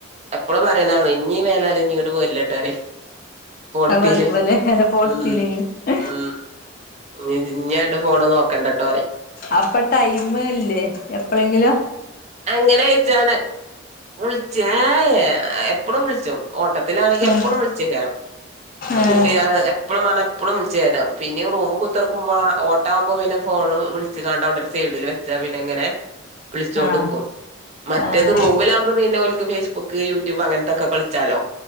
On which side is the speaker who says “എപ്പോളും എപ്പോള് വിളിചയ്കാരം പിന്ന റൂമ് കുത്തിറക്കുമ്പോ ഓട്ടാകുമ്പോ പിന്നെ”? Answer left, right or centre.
Right